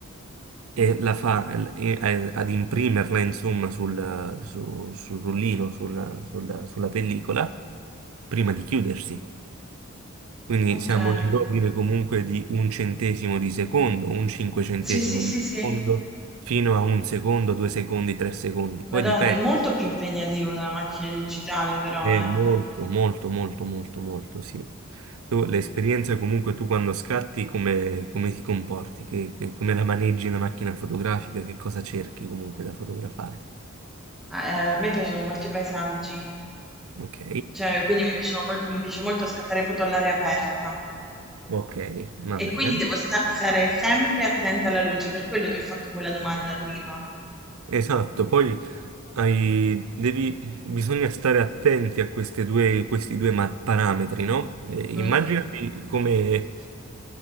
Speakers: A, on the right; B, in the centre.
A: e la fa eh, eh, ad imprimerla insomma sul, eh, su- sul rullino, sul- sulla sulla pellicola, prima di chiudersi. Quindi
B: okay.
A: siamo nell'ordine comunque di un centesimo di secondo, un cinquecentesimo
B: Sì, sì, sì,
A: di
B: sì.
A: secondo, fino a un secondo, due secondi, tre secondi. Poi
B: Madonna,
A: dipende.
B: è molto più impegnativo della macchina digitale però,
A: È
B: eh.
A: molto, molto, molto, molto, molto, sì. Tu- L'esperienza comunque tu quando scatti come, come ti comporti, che- che- come la maneggi la macchina fotografica, che cosa cerchi comunque da fotografare.
B: A ehm, a me piacciono molto i paesaggi,
A: Ok,
B: cioè quindi mi piacciono mol mi piace molto scattare foto all'aria aperta.
A: ok, va
B: E
A: bene.
B: quindi devo sta- stare sempre attenta alla luce, per quello ti ho fatto quella domanda prima.
A: Esatto, poi hai- devi- bisogna stare attenti a queste due, questi due ma- parametri, no? Eh,
B: Mm,
A: immaginati come,